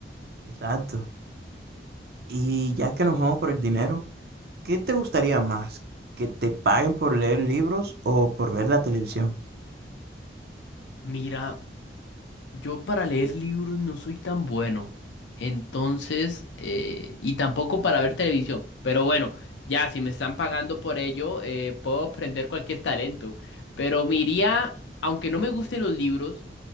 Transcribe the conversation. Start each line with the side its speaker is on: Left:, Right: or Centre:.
Right: Exacto. Y ya que nos vamos por el dinero, ¿qué te gustaría más? ¿Que te paguen por leer libros o por ver la televisión?
Left: Mira. Yo para leer libros no soy tan bueno. Entonces, eh, y tampoco para ver televisión. Pero bueno, ya, si me están pagando por ello, eh, puedo aprender cualquier talento. Pero me iría, aunque no me gusten los libros.